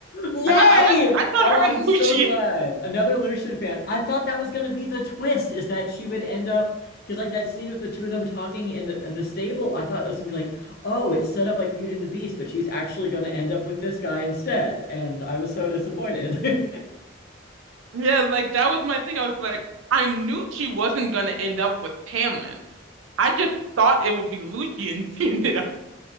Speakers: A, on the left; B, on the right.
A: Yay!
B: I thought I liked I thought
A: Oh,
B: her
A: I'm
B: and
A: so
B: <laughs> Lucian
A: glad. Another Lucian fan. I thought that was gonna be the twist, is that she would end up because like that scene with the two of them talking in the in the stable, I thought it was gonna be like, oh, it's set up like Beauty and the Beast, but she's actually gonna end up with this guy instead. And I was so disappointed. <laughs>
B: Yeah, like that was my thing. I was like, I knew she wasn't gonna end up with Tamlin. I just thought it would be Lucci and <laughs> she ended up.